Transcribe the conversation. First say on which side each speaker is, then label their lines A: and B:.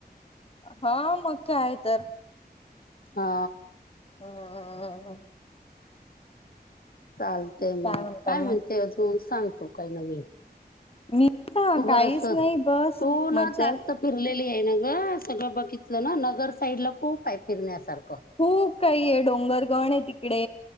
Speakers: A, on the left; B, on the left.
A: हा मगं कायं तर.
B: हा.
A: हम हम हम <unintelligible>
B: चालतेय मग
A: म्हणता
B: काय
A: मग
B: म्हणते अजून सांग तु काय नवीन.
A: मी का
B: तू
A: काहीचं
B: बरस
A: नाही बस
B: तू ना
A: मजेत.
B: जास्त फिरलेली हाय ना ग सगळं बघितलं ना नगर साईड ला खूप आहे फिरण्यासारखं.
A: खूप काही हे डोंगरगण आहे तिकडे